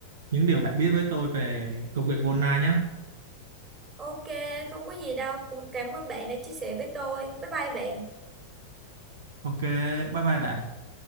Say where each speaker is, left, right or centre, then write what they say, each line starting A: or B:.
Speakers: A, on the right; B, on the right.
A: những điều bạn biết với tôi về công nghệ online nhé
B: ok không có gì đâu cũng cảm ơn bạn đã chia sẻ với tôi bye bye bạn
A: ok bye bye bạn